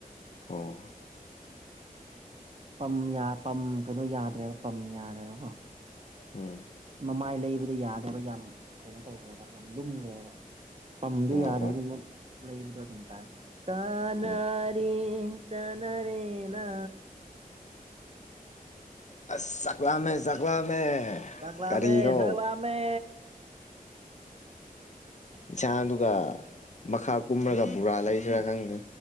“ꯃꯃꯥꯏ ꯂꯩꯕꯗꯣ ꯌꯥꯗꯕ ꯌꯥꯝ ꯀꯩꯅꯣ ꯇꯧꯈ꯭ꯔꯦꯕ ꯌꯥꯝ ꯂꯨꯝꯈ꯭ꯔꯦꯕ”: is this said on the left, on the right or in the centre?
Right